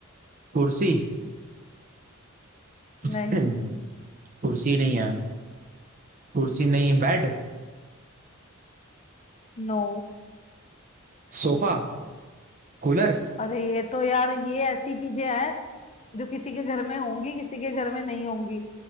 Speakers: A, on the right; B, on the left.
A: कुर्सी <clears throat>
B: नहीं
A: कुर्सी नहीं है कुर्सी नहीं है बेड
B: नो
A: सोफा कूलर
B: अरे ये तो यार ये ऐसी चीजें हैं जो किसी के घर में होंगी किसी के घर में नहीं होंगी